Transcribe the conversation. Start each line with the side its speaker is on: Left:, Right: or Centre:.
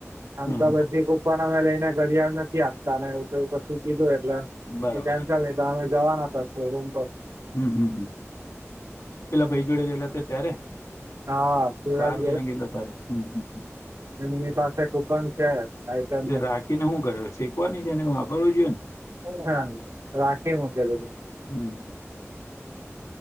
Right: આમ
Left: હમ
Right: તો
Left: હમ
Right: બધી કુપન અમે લઈને ઘડિયાળ નથી આપતા ને એવું તો પછું કીધું એટલે
Left: બરાબર
Right: તેમમ ચા ન તો અમે જવાના હતાો રૂમ પર
Left: હમ હમ પેલા ભાઈ જોડે ગયેલા હતા ત્યારે
Right: હા શિવરાજ
Left: કાર લને ગીલ તારે હમ હમ
Right: એ એની પાસે કુપન છે આઈટમની
Left: એ રાખીને શું કરે શીખવાની છે એને વાપરવું જોઈએ ને
Right: હા રાખે મકેલ
Left: ને હમ